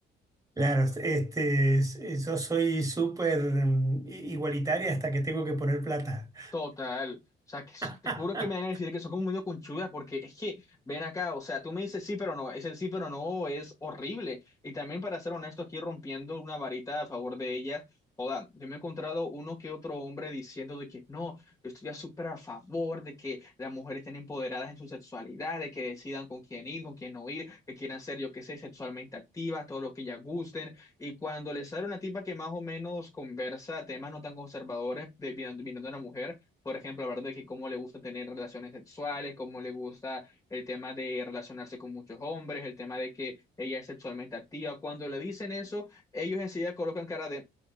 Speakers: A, on the right; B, on the left.
A: Claro, este, es- es- yo soy súper mm, i- igualitaria hasta que tengo que poner plata.
B: Total. O sea, que, s-
A: <laughs>
B: te juro que me van a decir que son como medio conchudas, porque es que, ven acá, o sea, tú me dices sí, pero no, es el sí, pero no, es horrible. Y también, para ser honesto, aquí rompiendo una varita a favor de ellas, joda, yo me he encontrado uno que otro hombre diciendo de que no, yo estoy ya súper a favor de que las mujeres estén empoderadas en su sexualidad, de que decidan con quién ir, con quién no ir, que quieran ser, yo qué sé, sexualmente activas, todo lo que ellas gusten. Y cuando les sale una tipa que más o menos conversa temas no tan conservadores de, viniendo de una mujer, por ejemplo, hablar de que cómo le gusta tener relaciones sexuales, cómo le gusta el tema de relacionarse con muchos hombres, el tema de que ella es sexualmente activa. Cuando le dicen eso, ellos enseguida colocan cara de,